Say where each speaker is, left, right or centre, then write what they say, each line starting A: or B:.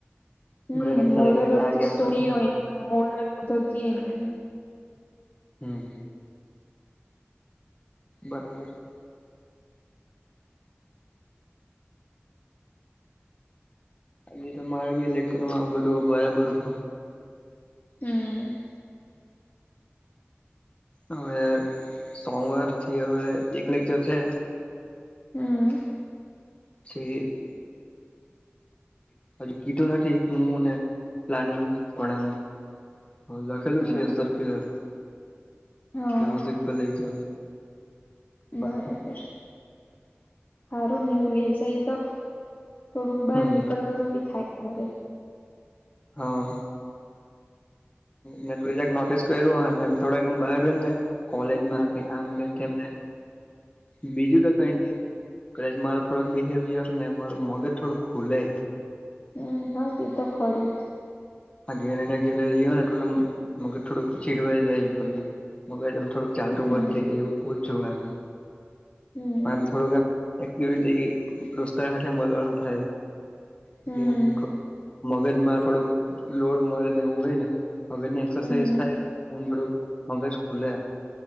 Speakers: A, on the left; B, on the left.
A: હમ્મ
B: બધાને બેસાડીને
A: મોરલ
B: કે
A: ઓફ
B: આ
A: ધ
B: ગેમ
A: સ્ટોરી
B: પરથી આપણે
A: હોય મોરલ ઓફ ધ ગેમ એમ.
B: હમ્મ બરાબર છે. હજ તો મારા બી લેખન માં બધું બરાબર હ.
A: હમ્મ
B: હવે સોમવાર થી હવે એક લેકચર છે.
A: હમ્મ
B: છે એ હજ કીધું નથી. હું ને પ્લાનિંગ પણ એમ હ લખેલું
A: હા
B: છે સર્ક્યુલર
A: હા
B: કે વિઝિટ પર લઈ જાવ.
A: બરાબર હારું નેવું લે જાય તો. થોડુંક બહાર
B: હમ
A: નીકળવાનું બી થાય ઘરે
B: હા મે કોઇદા નોટિસ કર્યુંમ થોડાક એમ બહાર ર ને કોલેજમાં
A: હમ
B: કે આમ ને તેમને બીજું તો કઈ ની કદાચ મારૂ થોડક બિહેવિયરહી ને મગજ થોડું ખુલે
A: હમન હા તે તો ખરું.
B: આ ઘેરે ને ઘેરે રીયો ને તો મગજ થોડ ખીડવાઈ જાય ભાઈ મગજ થોડુંક ચાલતું
A: હમ
B: બંધ થઈ જાય એવું બહુ જ જોવાય મ
A: હમ
B: પણ આમ થોડુંક એમ એક્ટિવિટી દોસ્તર હાથે મલવાનું થાય
A: હમ
B: એમ <unintelligible> ગમાં થોડક લોડ મળ ને એવું હોય એકસાઈઝ
A: હમ
B: થાય થોડુક મગજ ખુલે